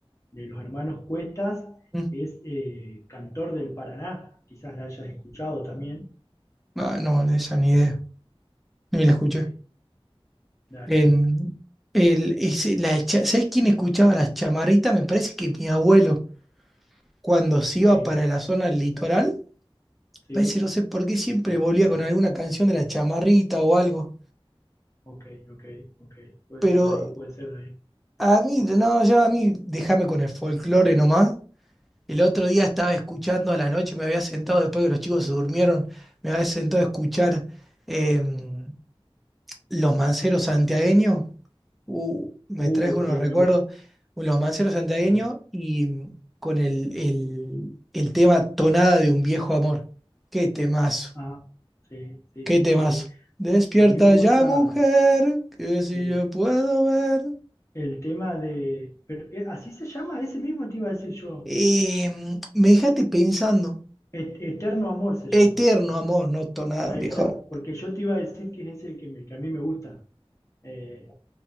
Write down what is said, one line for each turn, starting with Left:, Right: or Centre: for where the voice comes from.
Left: de los hermanos Cuestas
Centre: mm,
Left: es eh, Cantor del Paraná. Quizás la hayas escuchado también.
Centre: ah, no, esa ni idea. Ni la escuché.
Left: Ok, dale,
Centre: En, el, ese- la cha- ¿sabés quién escuchaba las chamarritas? Me parece que mi abuelo, cuando se iba
Left: sí,
Centre: para la zona del litoral,
Left: sí,
Centre: parece, no sé por qué, siempre volvía con alguna canción de la chamarrita o algo.
Left: ok, ok, ok. Puede
Centre: Pero
Left: ser de ahí, puede ser de ahí.
Centre: a mí, no, ya a mí, déjame con el folclore nomás. El otro día estaba escuchando a la noche, me había sentado después que los chicos se durmieron, me había sentado a escuchar em, Los Manceros Santiagueños. Uh, me
Left: Uh,
Centre: traes unos
Left: sí,
Centre: recuerdos,
Left: me gusta,
Centre: los manceros santiagueños
Left: me gusta.
Centre: y mm, con el, el, el tema Tonada de un viejo amor. Qué temazo,
Left: Ah, sí, sí,
Centre: qué
Left: sí,
Centre: temazo.
Left: sí, sí.
Centre: Despierta
Left: A mí me gusta
Centre: ya, mujer, que si
Left: sí,
Centre: yo puedo ver.
Left: el tema de... Pero, eh, ¿así se llama? Ese mismo te iba a decir yo.
Centre: Eh, mm, me dejaste pensando,
Left: Et- Eterno Amor se llama.
Centre: eterno amor, no Tonada
Left: Ahí
Centre: de un viejo
Left: está,
Centre: amor,
Left: porque yo te iba a decir que es ese el que, me- que a mí me gusta. Eh,